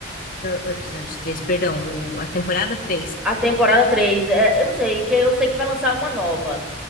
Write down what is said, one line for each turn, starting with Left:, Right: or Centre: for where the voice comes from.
Left: o episódio 3, perdão, o- a temporada 3.
Centre: a temporada três, é, eu não sei, que eu sei que vai lançar uma nova,